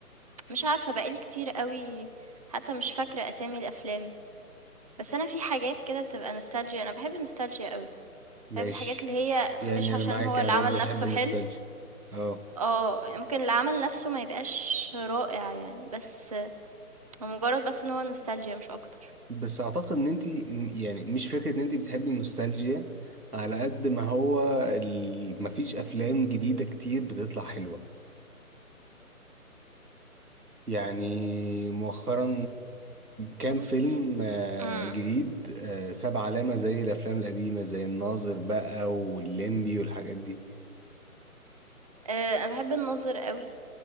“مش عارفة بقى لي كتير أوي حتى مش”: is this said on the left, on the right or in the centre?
Right